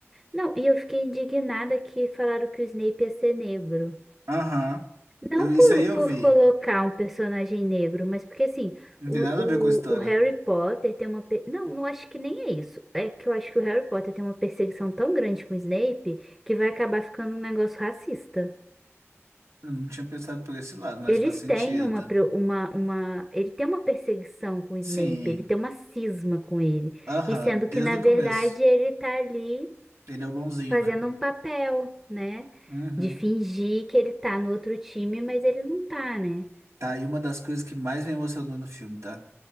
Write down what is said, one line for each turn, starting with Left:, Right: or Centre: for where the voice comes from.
Centre: não, e eu fiquei indignada que falaram que o Snape ia ser negro.
Right: Aham.
Centre: Não
Right: Eu- Isso
Centre: por,
Right: aí eu
Centre: por
Right: vi.
Centre: colocar um personagem negro, mas porque assim,
Right: Não
Centre: o,
Right: tem nada a ver com a história.
Centre: o, o Harry Potter tem uma. pe- Não, não acho que nem é isso. É que eu acho que o Harry Potter tem uma perseguição tão grande com o Snape que vai acabar ficando um negócio racista.
Right: Eu não tinha pensado por esse lado, mas
Centre: Eles
Right: faz sentido.
Centre: têm uma, pre- uma, uma. Ele tem uma perseguição com o Snape,
Right: Sim.
Centre: ele tem uma cisma com ele.
Right: Aham,
Centre: E sendo
Right: desde
Centre: que, na
Right: o
Centre: verdade,
Right: começo.
Centre: ele tá ali
Right: Ele é o bonzinho,
Centre: fazendo
Right: né?
Centre: um papel, né?
Right: Uhum.
Centre: De fingir que ele tá no outro time, mas ele não tá, né?
Right: Tá, e uma das coisas que mais me emocionou no filme, tá?